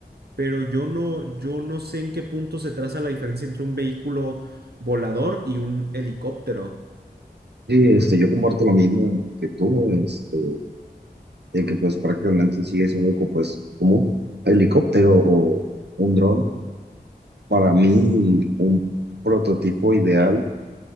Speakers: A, on the right; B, on the right.
A: Pero yo no, yo no sé en qué punto se traza la diferencia entre un vehículo volador y un helicóptero.
B: Sí, este, yo comparto lo mismo que tú, este, de que pues prácticamente sigue siendo co- pues como un helicóptero o un dron. Para mí un prototipo ideal